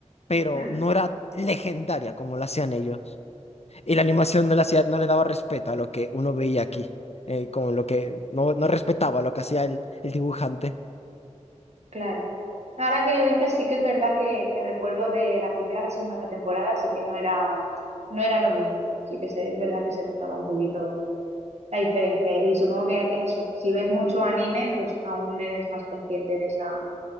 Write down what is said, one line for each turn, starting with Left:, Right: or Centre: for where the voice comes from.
Left: pero
Right: hmm,
Left: no era legendaria como la hacían ellos. Y la animación de la ciudad no le daba respeto a lo que uno veía aquí, eh, con lo que no, no respetaba lo que hacía el, el dibujante.
Right: claro. No, Ahora que lo dices, sí que es verdad que, que recuerdo de la primera a la segunda temporada, así que no era, no era lo mismo. Sí que se- es verdad que se notaba un poquito la diferencia. Y supongo que eso, si ves mucho anime, pues aún eres más consciente de esa,